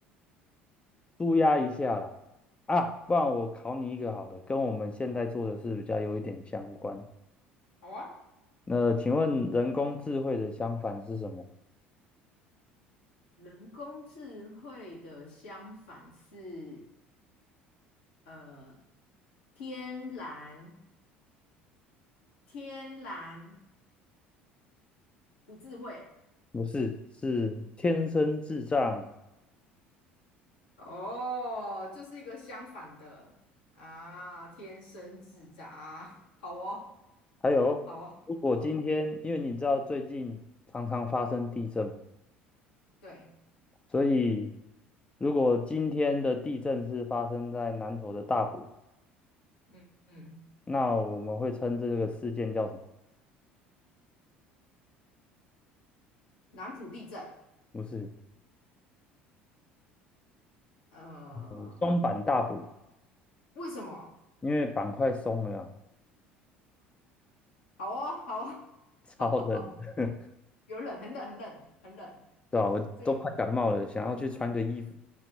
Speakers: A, on the left; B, on the left.
A: 舒压一下啦。啊，不然我考你一个好了，跟我们现在做的事比较有一点相关。
B: 好啊。
A: 那请问人工智慧的相反是什么？
B: 人工智慧的相反是呃天然天然不智慧
A: 不是，是天生智障。
B: 哦，就是一个相反的啊，天生智障啊，好哦，
A: 还有，
B: 好哦，
A: 如果今天，
B: 好，
A: 因为你知道最近常常发生地震嘛，
B: 对，
A: 所以如果今天的地震是发生在南投的大埔，
B: 嗯嗯，
A: 那我们会称这个事件叫什么？
B: 南浦地震，
A: 不是，
B: 呃，
A: 呃，松板大补，
B: 为什么？
A: 因为板块松了啊，
B: 好哦，好
A: 超冷的，
B: 哦，<laughs> 有冷，很冷，很冷，很冷。
A: 对吧？我都快感冒了，
B: 这个。
A: 想要去穿个衣服。